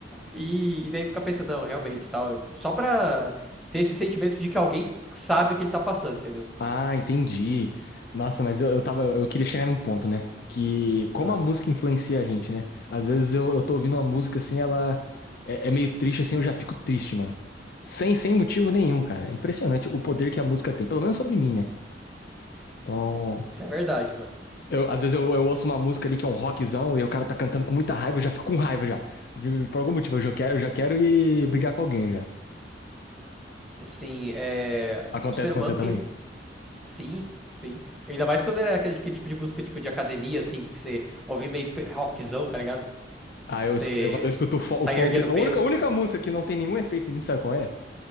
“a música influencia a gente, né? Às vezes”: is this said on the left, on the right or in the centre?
Left